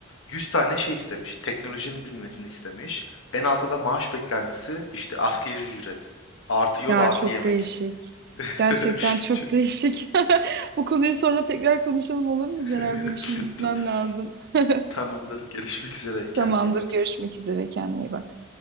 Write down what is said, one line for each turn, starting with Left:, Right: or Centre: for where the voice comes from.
Left: 100 tane şey istemiş. Teknolojinin bilmediğini istemiş. En altta da maaş beklentisi işte asgari ücret. Artı yol
Right: Ya
Left: artı
Right: çok
Left: yemek.
Right: değişik.
Left: <laughs>
Right: Gerçekten çok
Left: Çok-
Right: değişik. <laughs> Bu konuyu sonra tekrar konuşalım olur mu
Left: <laughs>
Right: Caner? Benim şimdi gitmem lazım. <laughs>
Left: Tamamdır. Görüşmek üzere. Kendine
Right: Tamamdır.
Left: iyi bak.
Right: Görüşmek üzere. Kendine iyi bak.